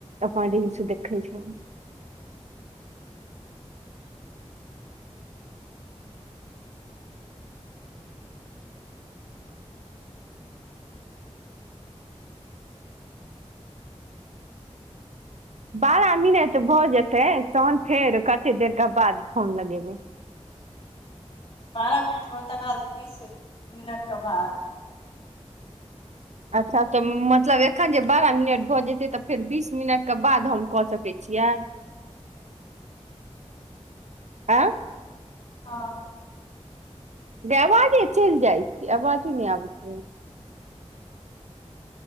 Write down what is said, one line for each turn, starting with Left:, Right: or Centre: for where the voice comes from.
Right: अपन रिल्स देखै छौ बारह मिनट भऽ जेतै तहन फेर कते देरके बाद फोन लगेबै
Left: बारह मिनट भ तकर बाद तीस मिनटके बाद
Right: अच्छा तऽ मतलब एखन जे बारह मिनट भऽ जेते तऽ फेर बीस मिनट के बाद हम कऽ सकैत छी छिय
Left: ह <unintelligible>
Right: एआ
Left: हँ
Right: गय आवाजे चलि जाइ छीयै आवाजे नहि आबैत रहै